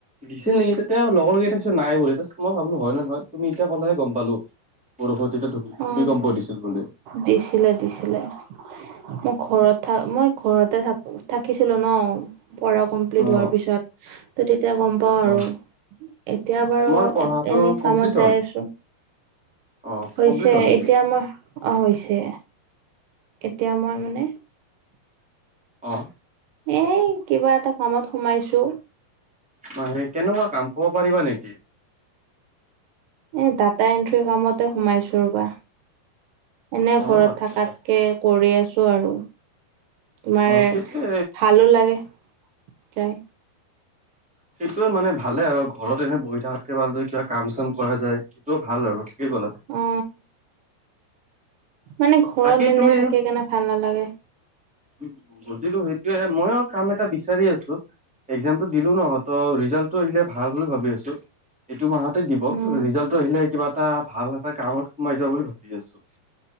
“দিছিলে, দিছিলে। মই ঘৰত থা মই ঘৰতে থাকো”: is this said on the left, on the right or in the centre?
Right